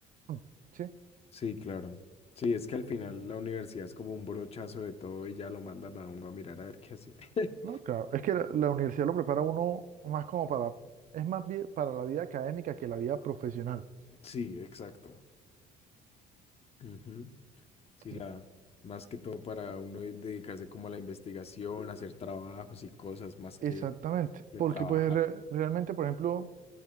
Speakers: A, on the right; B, on the left.
A: Mm, ¿Sí?
B: Sí, claro. Sí, es que al final la universidad es como un brochazo de todo y ya lo mandan a uno a mirar a ver qué hace. <laughs>
A: No, claro. Es que la, la universidad lo prepara a uno más como para, es más bien para la vida académica que la vida profesional.
B: Sí, exacto. Ujú. Sí,
A: Sí,
B: la, más que todo para uno dedicarse como a la investigación, hacer trabajos y cosas más
A: Exactamente,
B: que, que
A: porque
B: trabajar.
A: pues re- realmente, por ejemplo,